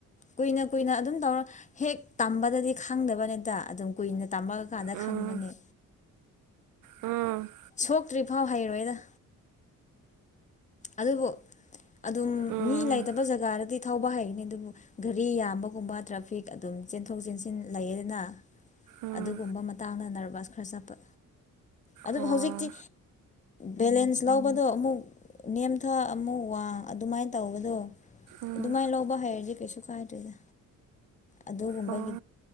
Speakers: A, on the left (about 25°); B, on the right (about 80°).
A: ꯀꯨꯏꯅ ꯀꯨꯏꯅ ꯑꯗꯨꯝ ꯇꯧꯔ ꯍꯦꯛ ꯇꯝꯕꯗꯗꯤ ꯈꯪꯗꯕꯅꯤꯗ ꯑꯗꯨꯝ ꯀꯨꯏꯅ ꯇꯝꯃꯛꯑ ꯀꯥꯟꯗ
B: ꯎꯝ
A: ꯈꯪꯕꯅꯦ
B: ꯎꯝ
A: ꯁꯣꯛꯇ꯭ꯔꯤꯐꯥꯎ ꯍꯩꯔꯣꯏꯗ ꯑꯗꯨꯕꯨ ꯑꯗꯨꯝ
B: ꯎꯝ
A: ꯃꯤ ꯂꯩꯇꯕ ꯖꯒꯥꯗꯗꯤ ꯊꯧꯕ ꯍꯩꯒꯅꯤ ꯑꯗꯨꯕꯨ ꯒꯔꯤ ꯌꯥꯝꯕꯒꯨꯝꯕ ꯇ꯭ꯔꯥꯐꯤꯛ ꯑꯗꯨꯝ ꯆꯦꯟꯊꯣꯛ ꯆꯦꯟꯁꯤꯟ ꯂꯩꯌꯦꯗꯅ
B: ꯎꯝ
A: ꯑꯗꯨꯒꯨꯝꯕ ꯃꯇꯥꯡꯗ ꯅꯔꯚꯁ ꯈꯔ ꯆꯠꯄ ꯑꯗꯨꯕꯨ
B: ꯑꯣ
A: ꯍꯧꯖꯤꯛꯇꯤ ꯕꯦꯂꯦꯟꯁ ꯂꯧꯕꯗꯣ ꯑꯃꯨꯛ ꯅꯦꯝꯊ ꯑꯃꯨꯛ ꯋꯥꯡ ꯑꯗꯨꯃꯥꯏꯅ ꯇꯧꯕꯗꯣ
B: ꯎꯝ
A: ꯑꯗꯨꯃꯥꯏ ꯂꯧꯕ ꯍꯩꯔꯗꯤ ꯀꯩꯁꯨ ꯀꯥꯏꯗꯦꯗ ꯑꯗꯨꯒꯨꯝꯕꯒꯤ
B: ꯑꯣ